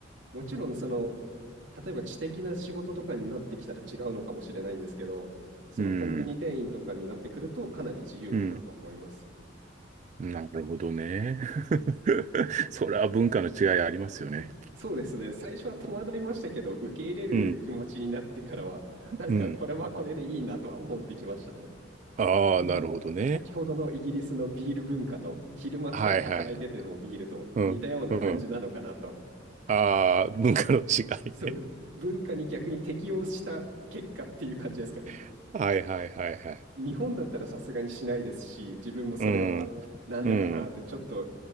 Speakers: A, on the right; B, on the right.
A: もちろん、その、例えば知的な仕事とかになってきたら違うのかもしれないんですけど、そのコンビニ店員とかになってくるとかなり自由かなと思います。
B: うん。うん。なるほどね。<laughs> それは文化の違いありますよね。
A: <laughs> そうですね。最初は戸惑いましたけど、受け入れる気持ちになってからは、
B: うん。
A: なんかこれはこれでいいなとは思ってきましたね。
B: うん。ああ、
A: あの先ほどのイギリスのビール文化と、
B: なるほどね。
A: 昼間から働いててもビールと似たような感じなのかなと。
B: はいはい。うん。うん。ああ、文化の違いね。
A: そう、文化に逆に適応した結果っていう感じですかね。
B: <laughs> はいはいはいはい。
A: 日本だったらさすがにしないですし、自分もそれはなんだかなってちょっと
B: うん。うん。